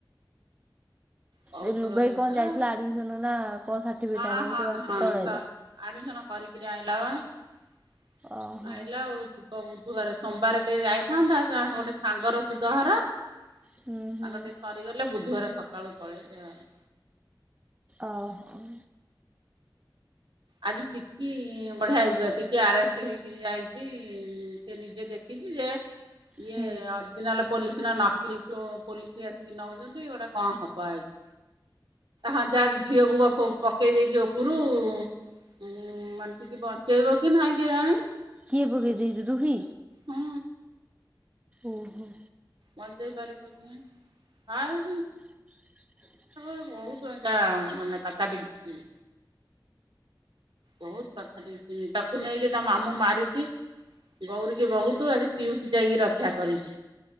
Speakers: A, on the right; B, on the right.
A: କଉଝୋଳ
B: ଏ ଲୁଲ୍ ଭାଇ
A: ହେଇଥିଲା
B: କଣ ଯାଇଥିଲା ଆଡମିସନ୍ ନା ଆଉ କଣ? ସାର୍ଟିଫିକେଟ
A: ହଁ
B: ଆଣିବାକୁ
A: ହଁ
B: କୁଆ
A: ହଁ
B: କେତେବେଳେ ଆଇଲା?
A: କହ ଆଡମିସନ୍ କରି କିରି ଆଇଲା ପା।
B: ଓହୋ
A: ଆଇଲା ଆଉ ଯିବ ବୁଧୁ ବୁଧୁବାରେ ସୋମବାରେ ଟିକେ ଯାଇଥାନ୍ତା ତାର ଗୋଟେ ସାଙ୍ଗର ସୁଧଘର। ତାଙ୍କର
B: ହୁଁ ହୁଁ
A: ଟିକେ ସରିଗଲେ ବୁଧୁବାରେ ସକାଳୁ ପଳେଇବେ ଆଉ।
B: ଅ ହଉ।
A: ଆଜି ଚିକି ବଢ଼ିଆ ହେଇଯିବ ଚିକି ଆରେଷ୍ଟେ ହେଇକି ଯାଇଚି ଉଁ ସେ ନିଜେ ଦେଖିଚି। ଯେ ଇଏ
B: ହୁଁ
A: ଅରଜିନାଲ୍ ପୋଲିସ୍ ନା ନାକିଲ୍ ପ୍ଲୋ ପୋଲିସ୍ କିଏ ଆସିକି ନଉଚନ୍ତି ଏ ଗୁଡ଼ା କଣ ହବ ଆଗକୁ? ହଁ ଯା
B: ହୁଁ।
A: ଝିଅକୁ ବା ଫୁକ୍ ପକେଇ ଦେଇଚି ଓପୁରୁ। ହୁଁ ମାନେ ଚିକି ବଞ୍ଚେଇବ କି ନାଇଁ କେଜାଣି?
B: କିଏ ପକେଇ ଦେଇଚି ରୁହି?
A: ହୁଁ।
B: ଓଃ ହୋ।
A: ବଞ୍ଚେଇ ପାରିବୁନି ହାଏ।
B: <inaudible>
A: ବହୁତ ଏଇଟା ମାନେ ପତାଟିକ୍ ସିନ୍। ବୋହୁତ୍ ପାଥାଟିକ୍ ସିନ୍ ତାକୁ ନେଇକି ତା ମାମୁଁ ମାରିକି ଗୌରୀ କି ବହୁତ୍ ଆଜି ପିୟୁଷ ଯାଇକି ରକ୍ଷା କରିଛି।